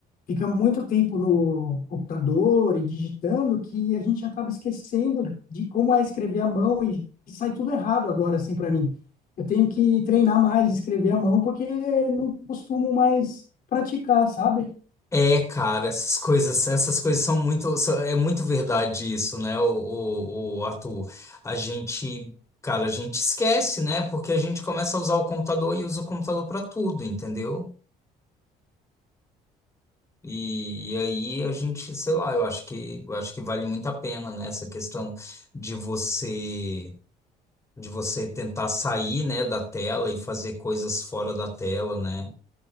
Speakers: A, on the left; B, on the left.
A: Fica muito tempo no computador e digitando que a gente acaba esquecendo de como é escrever à mão e sai tudo errado agora, assim, para mim. Eu tenho que treinar mais, escrever à mão, porque não costumo mais praticar, sabe?
B: É, cara, essas coisas, essas coisas são muito, são- é muito verdade isso, né, o, o, o Arthur? A gente, cara, a gente esquece, né? Porque a gente começa a usar o computador e usa o computador para tudo, entendeu? E, e aí a gente, sei lá, eu acho que, eu acho que vale muito a pena, né? Essa questão de você, de você tentar sair, né, da tela e fazer coisas fora da tela, né?